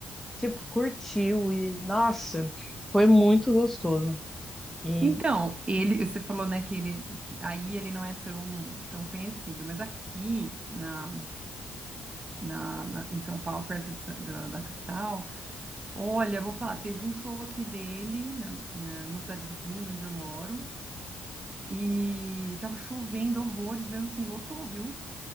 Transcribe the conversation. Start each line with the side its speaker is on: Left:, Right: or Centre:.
Centre: tipo, curtiu. E, nossa, foi muito gostoso. E
Right: Então, ele, você falou, né, que ele, que aí ele não é tão, tão conhecido, mas aqui na, na, na- em São Paulo, perto de Sa- da da capital. Olha, vou falar, teve um show aqui dele, na, na- numa cidade vizinha de onde eu moro, e tava chovendo horrores, mesmo assim, lotou, viu?